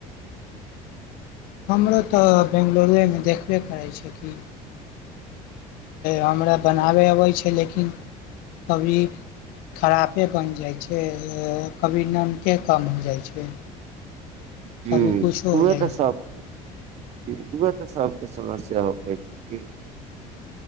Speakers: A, on the left; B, on the right.
A: हमरो तऽ बेंगलौर एमे देखबे करै छै कि हमरा बनाबय अबय छै लेकिन कभी खरापे बनि जाइ छै कभी नमके कम हो जाइ छै
B: जी
A: कभी कुछो
B: उहे
A: हो जाइ
B: तऽ सब जी उहे तऽ सभके समस्या हो कहै छै की